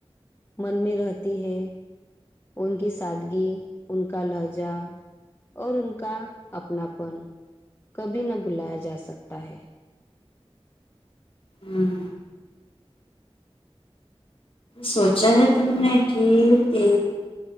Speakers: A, on the left; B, on the left.
A: من میں رہتی ہے ان کی سادگی ان کا لہجہ اور ان کا اپناپن کبھی نہ بھلایا جا سکتا ہے
B: ہوں سوچا ہے تم نے کہ تے